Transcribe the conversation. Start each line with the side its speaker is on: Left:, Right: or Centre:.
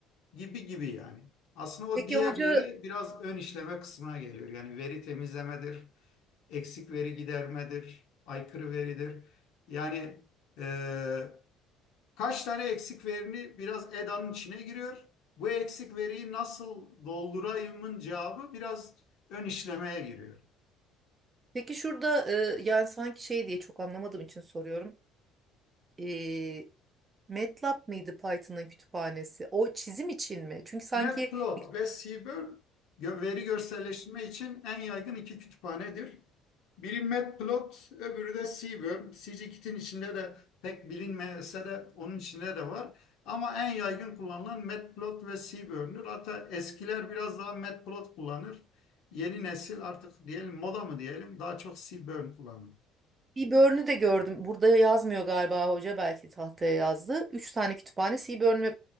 Left: gibi gibi yani. Aslında o
Right: Peki
Left: diğerleri
Right: hoca,
Left: biraz ön işleme kısmına geliyor. Yani veri temizlemedir, eksik veri gidermedir, aykırı veridir. Yani e, kaç tane eksik verini biraz EDA'nın içine giriyor. Bu eksik veriyi nasıl doldurayımın cevabı biraz ön işlemeye giriyor.
Right: peki şurada e, yani sanki şey diye çok anlamadığım için soruyorum. E, MATLAB mıydı Python'ın kütüphanesi? O çizim için mi? Çünkü sanki
Left: Matplot
Right: bir,
Left: ve Seaborn veri görselleştirme için en yaygın iki kütüphanedir. Biri Matplot, öbürü de Seaborn. Scikit'in içinde de pek bilinmese de onun içinde de var. Ama en yaygın kullanılan Matplot ve Seaborn'dur. Hatta eskiler biraz daha Matplot kullanır. Yeni nesil artık diyelim moda mı diyelim daha çok Seaborn kullanır.
Right: bir börnü de gördüm. Burada yazmıyor galiba hoca belki tahtaya yazdı. Üç tane kütüphane Seaborn ve